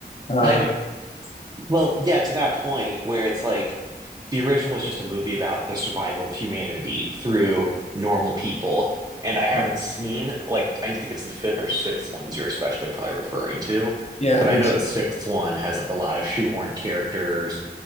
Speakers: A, on the left; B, on the right.
A: Uh,
B: Kind of Well, yeah, to that point where it's like the original was just a movie about the survival of humanity through normal people. And I haven't
A: yeah,
B: seen, like, I think it's the fifth or sixth ones you're especially probably referring to.
A: yeah,
B: But
A: I think
B: I know
A: so.
B: the sixth one has like a lot of shoehorned characters,